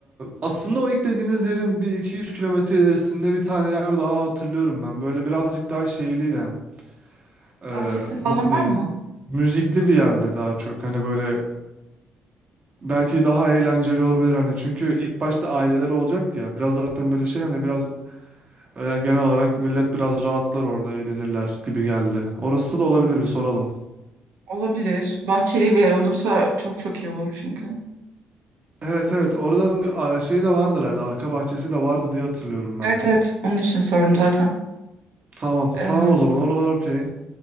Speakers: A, on the right (about 40°); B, on the right (about 80°).
A: aslında o ilk dediğiniz yerin bir iki üç kilometre ilerisinde bir tane yer daha hatırlıyorum ben. Böyle birazcık daha şeyliydi hem. Ee,
B: Bahçesi falan
A: nasıl diyeyim?
B: var mı?
A: Müzikli bir yerde daha çok. Hani böyle belki daha eğlenceli olabilir hani. Çünkü ilk başta aileler olacak ya. Biraz zaten böyle şey hani biraz Ee, genel olarak millet biraz rahatlar orada, eğlenirler gibi geldi. Orası da olabilir bir soralım.
B: Olabilir. Bahçeli bir yer olursa çok çok iyi olur çünkü.
A: Evet evet oradan a, şey de vardı herhalde arka bahçesi de vardı diye hatırlıyorum ben.
B: Evet evet onun için sordum zaten.
A: Tamam
B: Em,
A: tamam o zaman oralar okey.